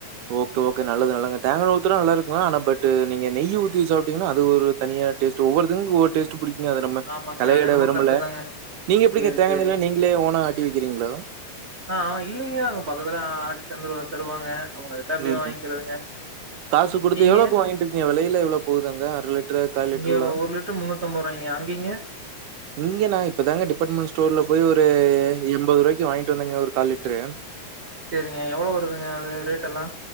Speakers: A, on the right; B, on the right.
A: ஓகே ஓகே நல்லது நல்லதுங்க. தேங்கா எண்ணெய் நல்லா இருக்கு ஆனா பட் நீங்க நெய் ஊத்தி சாப்ட்டீங்ன்னா அது ஒரு தனியா டேஸ்ட். ஒவ்வொருத்தங்ளுக்கு ஒவ்வொரு டேஸ்ட் பிடிக்குங்க அத நம்ம
B: ஆமாங்க
A: தலையிட
B: அது என்னமோ
A: விரும்பல.
B: கரெக்ட்டு தாங்க
A: நீங்க எப்டிங்க
B: சேரி
A: தேங்கெண்ணெய்
B: சேரிங்க
A: எல்லா நீங்களே ஓன்னா ஆட்டி விக்கிறீங்களா?
B: ஆ ஆ இல்லைங்க. அங்க பக்கத்துல <unintelligible> தருவாங்க அவங்ககிட்ட அப்டியே
A: ம்
B: வாங்கிக்கிறதுங்க.
A: காசு குடுத்து
B: நீங்க?
A: எவ்ளோக்கு வாங்கிட்டு இருக்கீங்க? வெலை எல்லா எவ்ளோ போகுது அங்க அரை லிட்டரு கால் லிட்டருலா
B: இங்க லிட்டர் ரூ. அங்கீங்க?
A: இங்க நா இப்பதாங்க டிபார்ட்மெண்ட் ஸ்டோர்ல போய் ஒரு எம்பது ரூவாக்கி வாங்கிட்டு வந்தெங்க ஒரு கால் லிட்டரு
B: செரிங்க எவ்வளவு வருதுங்க அது ரேட் எல்லா?